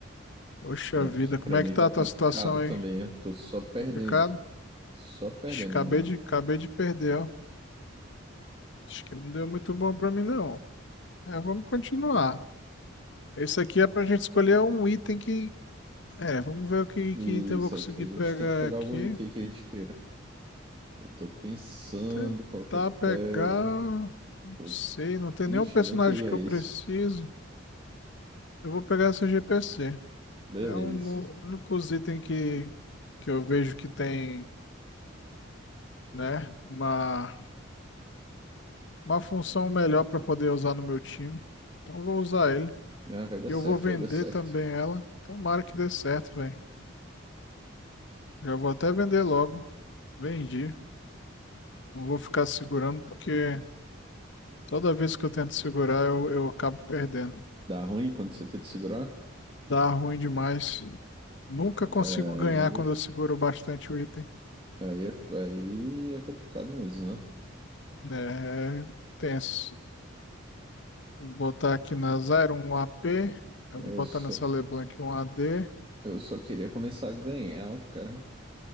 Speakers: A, on the left; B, on the right.
A: Poxa
B: É,
A: vida,
B: que pra
A: como é
B: mim
A: que tá
B: tá
A: a
B: complicado
A: tua situação aí?
B: também. Eu tô só perdendo.
A: Complicado?
B: só perdendo,
A: Ixi, acabei
B: mano.
A: de, acabei de perder, ó. Acho que não deu muito bom pra mim, não. É, vamos continuar. Esse aqui é pra gente escolher um item que. É, vamos ver o que,
B: E
A: que item eu
B: só
A: vou conseguir
B: que a
A: pegar
B: gente tem que pegar
A: aqui.
B: algum item que a gente queira. Eu tô pensando
A: Tentar
B: qual que eu
A: pegar.
B: pego.
A: Não
B: Eu-
A: sei, não tem
B: Ixi,
A: nenhum personagem
B: eu nem queria
A: que eu
B: esse.
A: preciso. Eu vou pegar essa GPC.
B: Beleza.
A: É um, o único item que, que eu vejo que tem, né, uma, uma função melhor para poder usar no meu time. Então eu vou usar ele.
B: Ah, vai dar
A: E
B: certo,
A: eu vou vender
B: vai dar certo.
A: também ela. Tomara que dê certo, velho. Já vou até vender logo. Vendi. Não vou ficar segurando porque. Toda vez que eu tento segurar, eu, eu acabo perdendo.
B: Dá ruim quando você tenta segurar?
A: Dá ruim demais. Nunca
B: É,
A: consigo ganhar
B: Aí,
A: quando eu seguro bastante o item.
B: aí, é, aí é complicado mesmo, né?
A: É tenso. Vou botar aqui na Zyra um AP. Eu
B: Eu
A: vou botar
B: só,
A: nessa LeBlanc um AD.
B: eu só queria começar a ganhar, cara.